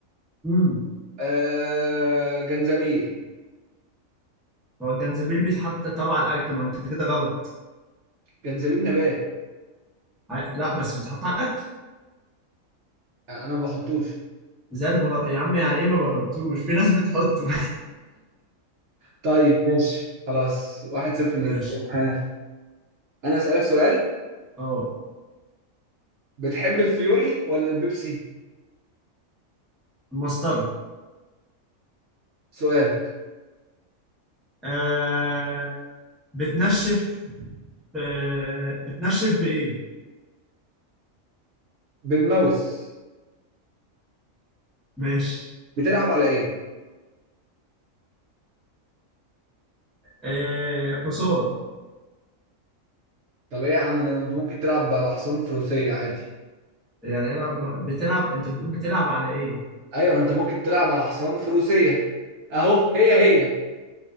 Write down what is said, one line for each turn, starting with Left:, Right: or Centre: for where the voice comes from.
Centre: امم
Right: آه جنزبيل
Centre: هو الجنزبيل بيتحط طبعا على الاكل ما انت كده غلط
Right: جنزبيل نبات
Centre: ع- لا بس بيتحط على الاكل
Right: آه، انا ما بحطوش
Centre: زي البهار يا عم يعني ايه ما بحطوش في ناس بتحطه
Right: طيب ماشي خلاص واحد صفر ليك
Centre: <laughs> ماشي
Right: ها انا اسالك سؤال
Centre: اه
Right: بتحب الفيوري ولا البيبسي
Centre: المسطره
Right: سؤالك
Centre: آه. بتنشف آه. بتنشف بايه
Right: بالماوس
Centre: ماشي
Right: بتلعب على ايه
Centre: آه. حصان
Right: طب ايه يا عم ده أنا- انت ممكن تلعب على حصان فروسية عادي
Centre: يعني العب بتلعب انت بتقول بتلعب على ايه
Right: ايوه انت ممكن تلعب على حصان فروسية اهو هي هي